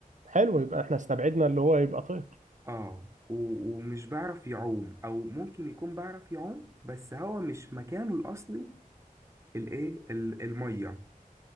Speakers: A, on the right (about 55°); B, on the right (about 20°).
A: حلو يبقى احنا استبعدنا اللي هو يبقى طير
B: اه و- ومش بعرف يعوم او ممكن يكون بعرف يعوم بس هو مش مكانه الاصلي الايه ال- الميه